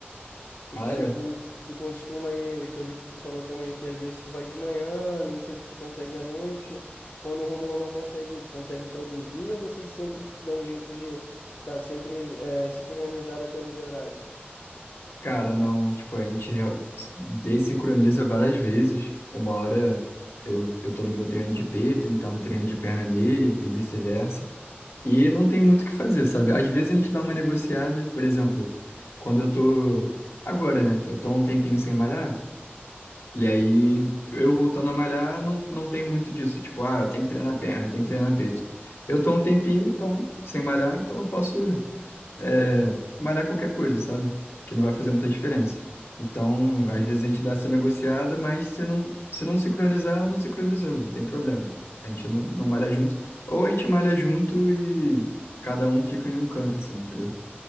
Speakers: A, on the left (about 60°); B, on the left (about 80°).
A: Contigo,
B: Ah, é?
A: tu costuma aí, que eu vi que tu falou também, que às vezes tu vai de manhã, nem sempre tu consegue à noite. Quando o Romulo não consegue, tu consegue produzir ou vocês sempre dão um jeito de estar sempre eh, sincronizado até nos horários?
B: Cara, não, tipo, a gente real- dessincroniza várias vezes. Uma hora eu, eu tô no meu treino de peito, ele tá no treino de perna dele e vice-versa. E não tem muito o que fazer, sabe? Às vezes a gente dá uma negociada, por exemplo, quando eu tô. Agora, né? Eu tô há um tempinho sem malhar, e aí eu voltando a malhar, não, não tem muito disso. Tipo, ah, eu tenho que treinar perna, eu tenho que treinar peito. Eu tô há um tempinho, então, sem malhar, então eu posso é, malhar qualquer coisa, sabe? Que não vai fazer muita diferença. Então, às vezes a gente dá essa negociada, mas se não, se não sincronizar, não sincronizou, não tem problema. A gente não, não malha junto. Ou a gente malha junto e cada um fica em um canto, assim, entendeu?